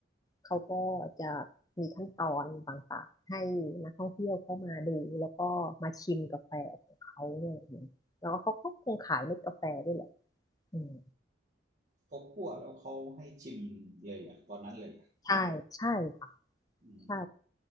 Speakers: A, on the left; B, on the right.
A: เขาก็จะมีขั้นตอนต่างๆให้นักท่องเที่ยวเข้ามาดูแล้วก็มาชิมกาแฟของเขาเนี่ยอย่างเงี้ยแล้วก็เขาก็คงขายเม็ดกาแฟด้วยแหละอืม
B: เขาคั่วแล้วเขาให้ชิมเลยเหรอตอนนั้นเลยเหรอ
A: ใช่ใช่ค่ะ
B: อืม
A: ใช่